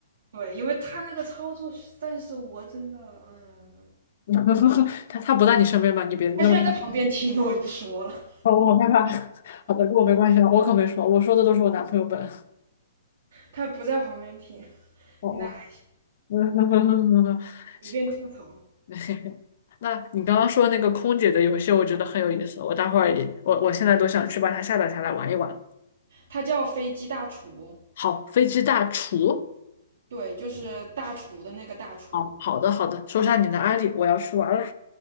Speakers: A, on the right; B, on the left.
A: 对，因为他那个操作实在是我真的，嗯，
B: <laughs> 他他不在你身边吧？你别那么大声
A: 他现在在旁边听，我就不说了，
B: 哦，我好害怕。<laughs> 好的，跟我没关系了，我可没说，我说的都是我男朋友笨。
A: 他不在旁边听，
B: 哦哦。
A: 那还
B: 嗯 <laughs>
A: 随便吐槽。
B: 行 <laughs> 那你刚刚说那个空姐的游戏，我觉得很有意思。我待会儿也，我我现在都想去把它下载下来玩一玩。
A: 他叫飞机大厨，
B: 好，飞机大厨。
A: 对，就是大厨的那个大厨。
B: 哦，好的好的，说下你的案例，我要去玩了。